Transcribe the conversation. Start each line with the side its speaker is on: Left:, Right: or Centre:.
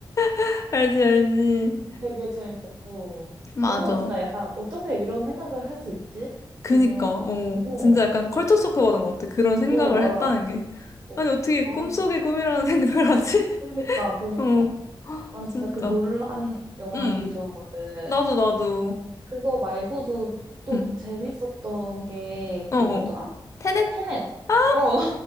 Left: <laughs> 알지 알지.
Right: 되게 재밌었고.
Left: 맞아.
Right: 그건 진짜 약간, 어떻게 이런 생각을 할 수 있지?
Left: 그니까,
Right: 이런,
Left: 어,
Right: 어,
Left: 진짜 약간 컬처 쇼크 받은 것 같아. 그런 생각을
Right: 어, 맞아.
Left: 했다는 게.
Right: 어,
Left: 아니 어떻게
Right: 난,
Left: 꿈속의 꿈이라는 <laughs> 생각을 하지?
Right: 그니까, 그니까.
Left: 어,
Right: 난 진짜
Left: 진짜.
Right: 그 논란 영화
Left: 음,
Right: 되게 좋아하거든.
Left: 나도 나도.
Right: 그거 말고도 또
Left: 음,
Right: 재밌었던 게
Left: 어,
Right: 그
Left: 어.
Right: 뭐더라?
Left: 테넷?
Right: 테넷.
Left: 아!
Right: 어.